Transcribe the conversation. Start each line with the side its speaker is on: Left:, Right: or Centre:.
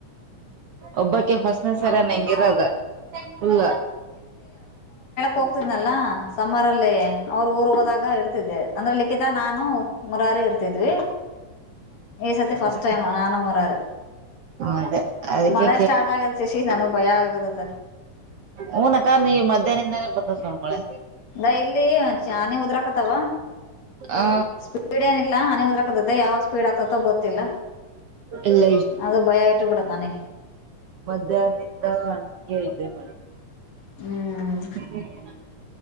Right: ಒಬ್ಬಕ್ಕೆ ಫಸ್ಟ್. ಹ ಸರ ನ ಹೆಂಗಿರೋದುಲ್ಲ.
Left: ಹೋಗ್ತಿದೆನಲ್ಲ. ಸಮ್ಮರ ಅಲ್ಲಿ ಅವ್ರರು ಊರ್ ಹೋದಾಗ ಇರ್ತಿದ್ದೇ ಅಂದ್ರೆ ಲಿಖಿತ ನಾನು ಮುರಾರಿ ಇರ್ತಿದ್ವಿ. ಈ ಸತಿ ಫಸ್ಟ್
Right: ಅದೇ
Left: ಟೈಮ್ ನಾನ ಮರ್ರ
Right: ಅದೇ ಅದಕ್ಕೆ
Left: ಮಳೆ ಸ್ಟಾರ್ಟ್ ಆಗ. ಸಸಿ ನನು ಭಯ ಆಗದ ಅದ.
Right: ಹಊನ ಅಕ್ಕ ನೀ ಮಧ್ಯಾಹ್ನದಿಂದಾನೇ ಬಂದ ನೋಡ್ ಮಳೆ.
Left: ಅ ಇಲ್ಲಿ ಚಾನಿ ಉದ್ರಾಕತಾವ.
Right: ಆ
Left: ಸ್ಪೀಡ್ ಏಲ್ಲ ಹ ಉದ್ರರಕತತೆ ಯಾವಾಗ ಸ್ಪೀಡ್ ಆಗ್ತೋ ಗೊತ್ತಿಲ್ಲ.
Right: ಎಲ್ಲ
Left: ಅದು ಭಯ ಇಟ್ಟು ಬಿಡತಾನೇ.
Right: ಮಧ್ಯಾಹ್ನ ಇದ್ದವ.
Left: ಹ್ಮ್
Right: <inaudible>